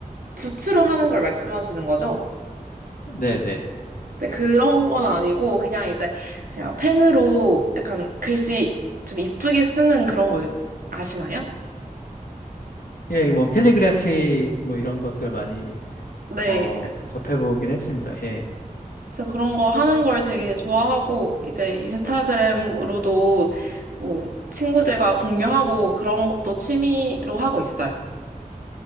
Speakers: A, on the right; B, on the left.
A: 붓으로 하는 걸 말씀하시는 거죠?
B: 네네.
A: 네, 그런 건 아니고 그냥 이제 그냥 펜으로 약간 글씨 좀 이쁘게 쓰는 그런 거 아시나요?
B: 예, 뭐 캘리그래피 뭐 이런 것들 많이
A: 네,
B: 어, 접해보긴 했습니다. 예.
A: 그래서 그런 거 하는 걸 되게 좋아하고, 이제 인스타그램으로도 뭐 친구들과 공유하고 그런 것도 취미로 하고 있어요.